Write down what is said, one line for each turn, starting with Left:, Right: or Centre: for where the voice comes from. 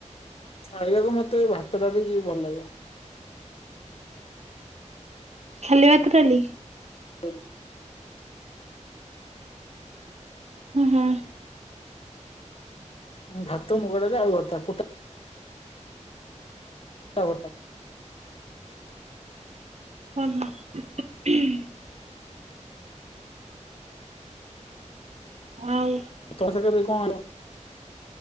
Left: ଖାଇବାକୁ ମତେ ଭାତ ଡାଲି ଇଏ ଭଲ ଲାଗେ।
Right: ଖାଲି ଭାତ ଡ଼ାଲି।
Left: <inaudible>
Right: ହୁଁ ହୁଁ।
Left: ଭାତ ମୁଗଡ଼ାଲି ଆଳୁଭର୍ତ୍ତା ଫୁଟା ଆଳୁଭର୍ତ୍ତା।
Right: ହ <unintelligible> <unintelligible> ଆଉ
Left: <unintelligible> କଣ ହେଲ।